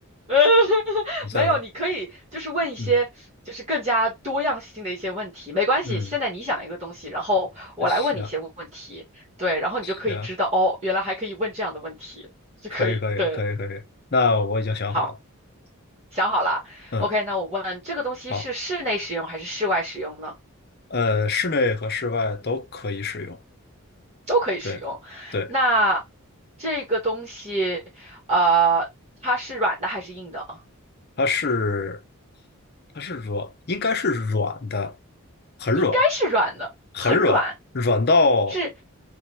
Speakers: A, on the right (about 30°); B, on the left (about 50°).
A: <laughs>
B: 我再
A: 没有，你可以就是问一些就是更加多样性的一些问题，
B: 嗯
A: 没关系。
B: 嗯，
A: 现在你想一个东西，然后我来问你一些问题，
B: 行
A: 对，然后你就可以知道哦，
B: 行，
A: 原来还可以问这样的问题，就可以，
B: 可以可以可以可以，
A: 对，
B: 那我已经想好了。
A: 好。想好了，OK，
B: 嗯，
A: 那我问这个东西是室内使用还是室外使用呢？
B: 好，呃，室内和室外都可以使用。
A: 都可以使用。
B: 对对。
A: 那这个东西，呃，它是软的还是硬的啊？
B: 它是它是软，应该是软的，很软，
A: 应该是软的，
B: 很软，
A: 很软。
B: 软到
A: 是，